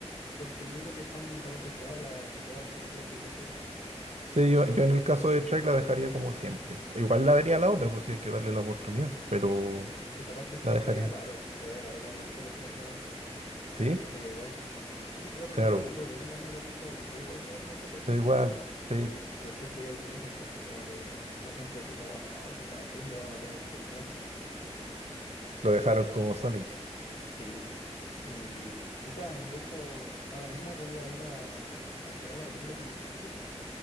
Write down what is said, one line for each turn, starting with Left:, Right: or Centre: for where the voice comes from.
Left: porque yo creo que están acostumbrados a la, de todas las películas que tiene Shrek,
Right: Sí,
Left: pero
Right: yo, yo en el caso de Trek la dejaría como siempre. O Igual la vería la otra, pues si hay que darle la oportunidad, pero
Left: sí, es que aparte el Shrek
Right: la dejaría.
Left: se veía raro, se veía raro como en las fotos que mostraron,
Right: Sí,
Left: como que no se veía igual. Sí, porque Gato
Right: claro,
Left: con Botas tú lo veías en la nueva película y se ve igual que Gato con Botas de siempre,
Right: da igual,
Left: po.
Right: sí,
Left: Pero el Shrek se veía distinto, entonces como que la gente así como, no, ¿qué están haciendo? Van a matar al personaje.
Right: lo dejaron como Sonic.
Left: Sí, y puta, de hecho, ahora mismo voy a ir a, a descargar la película que me dijiste,